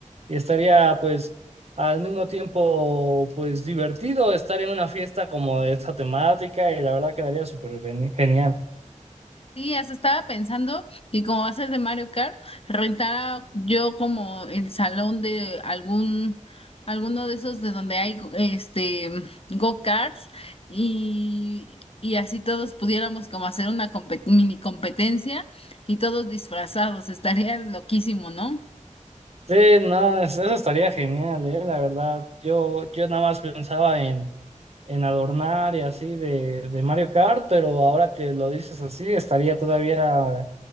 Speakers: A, on the right; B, on the left.
A: y estaría pues al mismo tiempo pues divertido estar en una fiesta como de esta temática y la verdad quedaría súper geni- genial.
B: Sí, hasta estaba pensando que como va a ser de Mario Kart, rentar yo como el salón de algún, alguno de esos de donde hay este go-karts y, y así todos pudiéramos como hacer una compet- mini competencia y todos disfrazados, estaría loquísimo, ¿no?
A: Sí, no, es- eso estaría genial, eh, la verdad. Yo, yo nada más pensaba en, en adornar y así de, de Mario Kart, pero ahora que lo dices así, estaría todavía